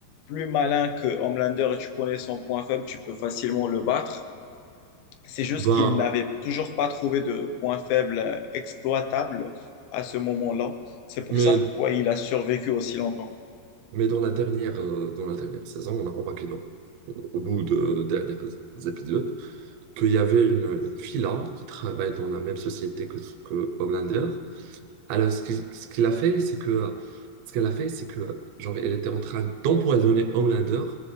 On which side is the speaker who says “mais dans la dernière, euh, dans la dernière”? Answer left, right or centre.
Right